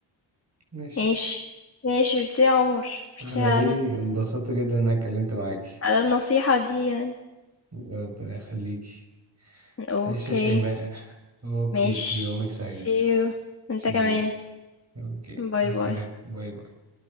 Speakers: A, on the right (about 30°); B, on the left (about 30°).
A: ماشي
B: ماشي ماشي ميرسي يا عمر ميرسي
A: على
B: على
A: ايه انبسطت جدا ان انا اتكلمت معاكي
B: على النصيحة دي يعني
A: ربنا يخليكي
B: أوكي
A: ماشي يا شيماء اوكي
B: ماشي
A: يومك سعيد
B: see you انت
A: See
B: كمان
A: you. اوكي
B: باي
A: مع السلامة
B: باي
A: باي باي